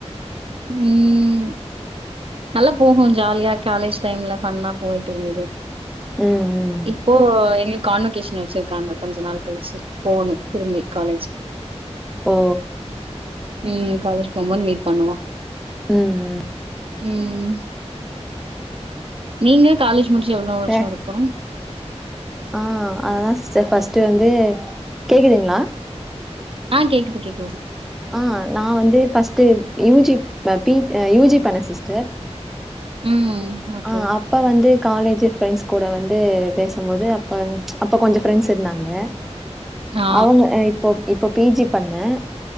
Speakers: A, on the right (about 55°); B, in the centre.
A: ம் நல்ல போகும் ஜாலியா காலேஜ் டைம்ல ஃபண்ணா போய்ட்டு இருந்தது
B: ம் ம்
A: இப்போ எங்ளுக் கான்வகேஷன் வெச்சிர்க்காங்க கொஞ்ச நாள் கழிச்சி போணு திரும்பி காலேஜ்க்
B: ஓ
A: ம் காலேஜ் போம்போது மீட் பண்லா
B: ம் ம்
A: ம் நீங்க காலேஜ் முடிச்சி எவ்ளோ வருஷொ
B: வே
A: இர்க்கு
B: ஆ அததான் சிஸ்டர் ஃபர்ஸ்ட்டு வந்து கேக்குதுங்ளா
A: ஆ கேக்குது கேக்
B: ஆ நா வந்து ஃபர்ஸ்ட்டு யூஜி பி யூஜி பண்ண சிஸ்டர்
A: ம் ஓகே.
B: ஆ அப்ப வந்து காலேஜ் ஃப்ரெண்ட்ஸ் கூட வந்து பேசும் போது அப்ப அப்ப கொஞ்ச ஃப்ரெண்ட்ஸ் இருந்தாங்க
A: ஆ.
B: அவங்க இப்பொ இப்பொ பீஜி பண்ண